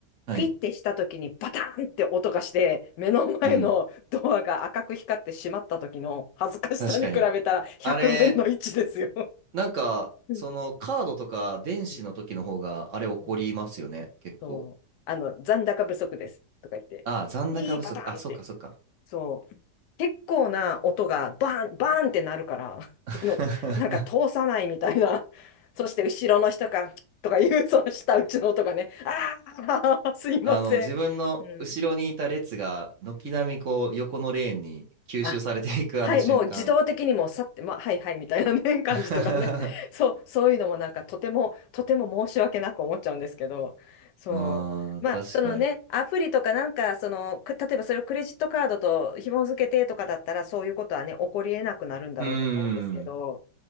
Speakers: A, on the right (about 55°); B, on the left (about 85°).
A: はい。
B: ピッてした時にバタンって音がして、目の前のドアが赤く光ってしまった時の恥ずかしさに比べたら100分の1ですよ。
A: うん。確かに。あれ、なんか、
B: うん
A: その、カードとか電子の時の方が、
B: うん
A: あれ起こりますよね。
B: うん
A: 結構。
B: そう。あの、残高不足ですとか言って、
A: ああ、残高不足。
B: ピーパタンって。
A: あ、そっかそっか。
B: そう。結構な音がバーン、バーンってなるから、<laughs>
A: <laughs>
B: その、なんか通さないみたいな。<laughs> そして後ろの人が、とかいう、その下打ちの音がね、ああ、<laughs> すいません。
A: あの、自分の後ろにいた列が、
B: うん。
A: 軒並みこう、
B: うん
A: 横のレーンに吸収されていくあの瞬間。
B: あ、はい、もう自動的にもうさって、まあ、はいはいみたいなね、<laughs> 感じとかね。
A: <laughs>
B: <laughs>
A: あ
B: そう、そういうのもなんかとても、とても申し訳なく思っちゃうんですけど、そう。
A: あ、
B: まあ、
A: 確かに。
B: そのね、アプリとかなんか、その、く例えばそれをクレジットカードと紐付けてとかだったら、そういうことはね、起こり得なくなるんだろうと思うんですけど、
A: うーん。